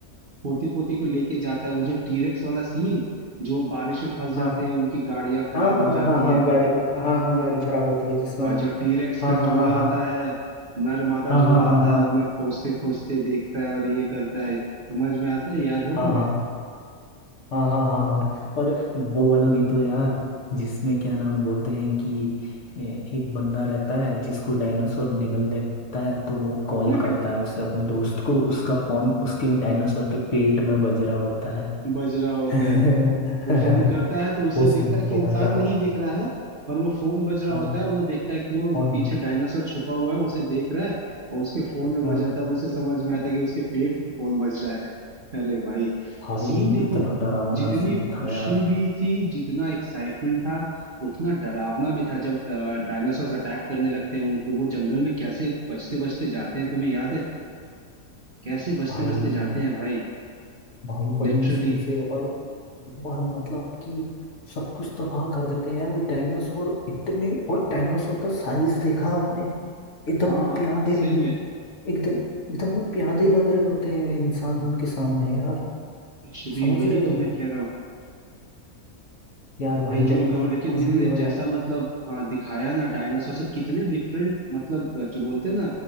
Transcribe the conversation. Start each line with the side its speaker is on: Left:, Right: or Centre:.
Right: पोते पोती को लेके जाता है वो जो टीरेक्स वाला सीन जो बारिश में फंस जाते
Left: हाँ
Right: हैं उनकी गाड़ियां खराब
Left: हाँ
Right: हो
Left: हाँ
Right: जाती
Left: हाँ हाँ
Right: हैं
Left: गाड़ी हाँ हाँ गाड़ी खराब होती है जिसमें
Right: और
Left: वो
Right: जो टीरेक्स
Left: हाँ
Right: का
Left: हाँ
Right: जोड़ा
Left: हाँ
Right: आता है नर मादा
Left: हाँ
Right: जोड़ा
Left: हाँ हाँ
Right: आता
Left: हाँ
Right: है उन्हें खोजते खोजते देखता है और ये करता है समझ में आता है याद है
Left: हाँ
Right: तुम्हें
Left: हाँ हाँ हाँ हाँ हाँ हाँ हाँ। और वो वाला भी तो यार जिसमें क्या नाम बोलते हैं कि ए, एक बंदा रहता है जिसको डायनासोर निगल लेता है तो वो कॉल
Right: <laughs>
Left: करता है उसे अपने दोस्त को उसका फोन उसके डायनासोर के पेट में बज रहा होता है
Right: बज रहा होता
Left: <laughs>
Right: है वो फोन करता है तो उसे
Left: वो सीन
Right: दिखता है कि
Left: बहुत
Right: इंसान
Left: डरावना
Right: नहीं दिख रहा है पर वो फोन बज रहा
Left: हाँ
Right: होता है और वो देखता है कि वो
Left: फोन
Right: पीछे डायनासोर छुपा हुआ है उसे देख रहा है और उसके फोन में
Left: हाँ
Right: बजा तब उसे समझ में आता है कि उसके पेट पे फोन बज रहा है अरे भाई
Left: भाई
Right: सीन देखो
Left: इतना डरावना
Right: जितनी
Left: सीन
Right: खुशी
Left: था यार
Right: भी थी जितना एक्साइटमेंट था उतना डरावना भी था जब डायनासोर अटैक करने लगते हैं उनको वो जंगल में कैसे बचते बचते जाते हैं तुम्हें याद है कैसे बचते
Left: भाई
Right: बचते जाते हैं भाई
Left: भाई बड़ी
Right: लिटरली
Left: मुश्किल से और और मतलब कि सब कुछ तबाह कर देते हैं यार वो डायनासोर इतने और डायनासोर का साइज देखा आपने एकदम
Right: हाँ
Left: वो प्यादे
Right: सही में
Left: एकदम एकदम वो प्यादे लग रहे होते हैं इंसान उनके सामने यार
Right: कुछ भी
Left: समझ
Right: वही
Left: रहे हो
Right: तो मैं कह रहा हूँ
Left: यार भाई
Right: भाई जो
Left: लेकिन
Right: कहो लेकिन
Left: कुछ
Right: उन्होंने
Left: भी हो यार
Right: जैसा मतलब हाँ दिखाया ना डायनासोर से कितने डिफरेंट मतलब जो बोलते हैं ना